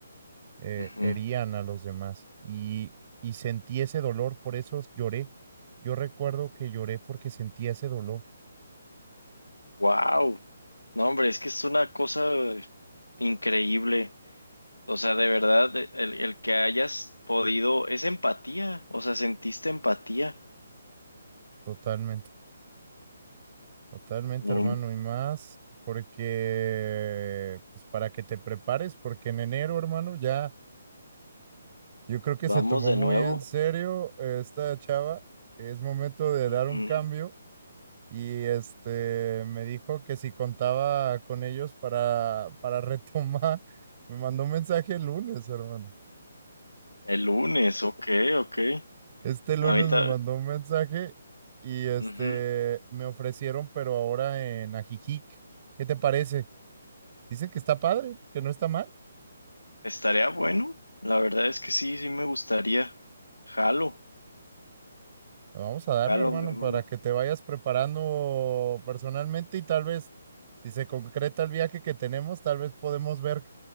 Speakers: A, on the right; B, on the left.
A: eh,
B: Ujú.
A: herían a los demás y, y sentí ese dolor, por eso lloré. Yo recuerdo que lloré porque sentí ese dolor,
B: Wow. No, hombre, es que es una cosa increíble. O sea, de verdad, el, el que hayas podido, es empatía. O sea, sentiste empatía.
A: totalmente, totalmente,
B: Mm,
A: hermano, y más porque, pues para que te prepares, porque en enero, hermano, ya Yo creo que
B: Vamos
A: se tomó
B: de
A: muy
B: nuevo.
A: en serio eh, esta chava. Es momento de dar
B: Ujú.
A: un cambio. Y este me dijo que si contaba con ellos para, para <laughs> retomar, me mandó un mensaje el lunes, hermano.
B: El lunes, ok, ok.
A: Este lunes
B: Ahorita,
A: me mandó un mensaje y este
B: ujú.
A: me ofrecieron, pero ahora en Ajijic. ¿Qué te parece? Dicen que está padre, que no está mal.
B: Estaría bueno. La verdad es que sí, sí me gustaría. Jalo,
A: Vamos a darle,
B: jalo,
A: hermano,
B: mi hermano.
A: para que te vayas preparando personalmente y tal vez, si se concreta el viaje que tenemos, tal vez podemos ver